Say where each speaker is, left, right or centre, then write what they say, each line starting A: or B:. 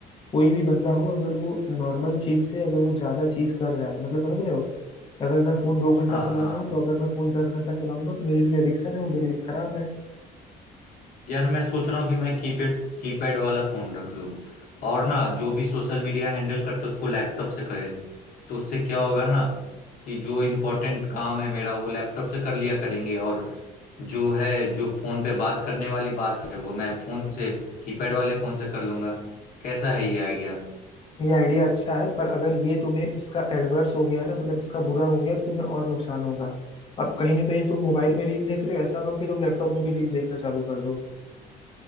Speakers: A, on the left; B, on the left.
A: कोई भी बंदा हो अगर वो नॉर्मल चीज से अगर वो ज्यादा चीज कर रहा है मतलब समझ रहे हो अगर मैं फोन दो घंटा
B: हाँ
A: चला
B: हाँ
A: रहा हूँ तो अगर मैं फोन दस घंटा चलाऊंगा तो मेरे लिए एडिक्शन है वो मेरे लिए खराब है
B: यार मैं सोच रहा हूँ कि मैं कीपैड कीपैड वाला फोन रख लूँ और ना जो भी सोशल मीडिया हैंडल करते उसको लैपटॉप से करे तो उससे क्या होगा ना कि जो इम्पोर्टेंट काम है मेरा वो लैपटॉप से कर लिया करेंगे और जो है जो फोन पे बात करने वाली बात है वो मैं फोन से कीपैड वाले फोन से कर लूंगा कैसा है ये आइडिया
A: ये आइडिया अच्छा है पर अगर ये तुम्हें इसका एडवर्स हो गया ना मतलब इसका बुरा हो गया तो तुम्हें और नुकसान होगा अब कहीं ना कहीं तुम मोबाइल में रील देख रहे हो ऐसा ना हो कि तुम लैपटॉप में भी रील देखना चालू कर दो